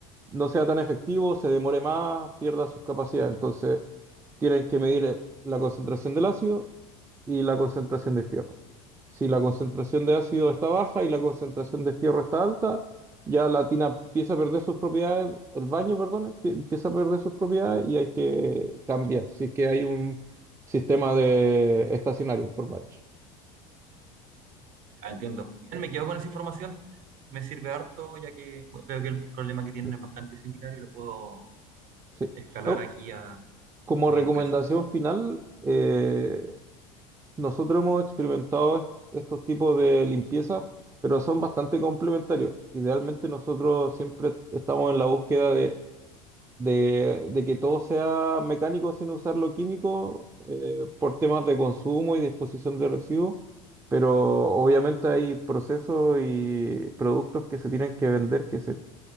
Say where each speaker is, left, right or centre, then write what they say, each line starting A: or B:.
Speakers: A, on the right; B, on the right.
A: no sea tan efectivo, se demore más, pierda sus capacidades. Entonces, tienen que medir eh, la concentración del ácido y la concentración de fierro. Si la concentración de ácido está baja y la concentración de fierro está alta, ya la tina empieza a perder sus propiedades, el baño, perdón, empie- empieza a perder sus propiedades y hay que cambiar. Si es que hay un sistema de estacionario por batch.
B: ya entiendo. Bien, me quedo con esa información. Me sirve harto, ya que bueno, veo que el problema que tienen
A: Mm.
B: es bastante similar y lo puedo
A: Sí.
B: escalar
A: No,
B: aquí a,
A: como
B: a mi
A: recomendación
B: empresa.
A: final, eh, nosotros hemos experimentado est- estos tipos de limpieza, pero son bastante complementarios. Idealmente nosotros siempre estamos en la búsqueda de de, de que todo sea mecánico sin usar lo químico eh, por temas de consumo y disposición de residuos, pero obviamente hay procesos y productos que se tienen que vender que se,